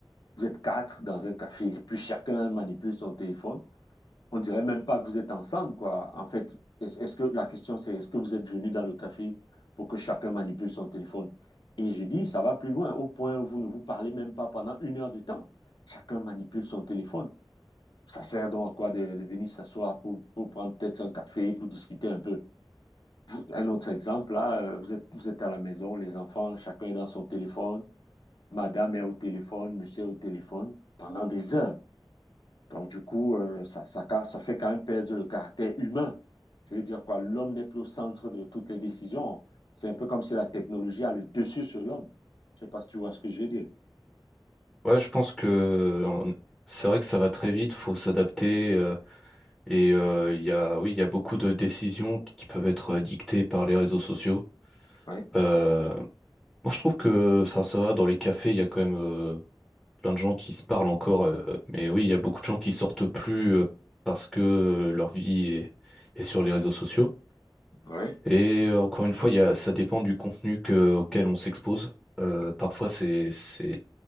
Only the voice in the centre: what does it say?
Ouais, je pense que euh, en- c'est vrai que ça va très vite, faut s'adapter euh, et euh, il y a oui, il y a beaucoup de décisions qui qui peuvent être euh, dictées par les réseaux sociaux.
Euh, moi, je trouve que enfin ça va dans les cafés, il y a quand même euh, plein de gens qui se parlent encore euh, mais oui, il y a beaucoup de gens qui sortent plus euh, parce que euh, leur vie est, est sur les réseaux sociaux.
Et euh, encore une fois, il y a, ça dépend du contenu que- auquel on s'expose. Euh, parfois, c'est, c'est,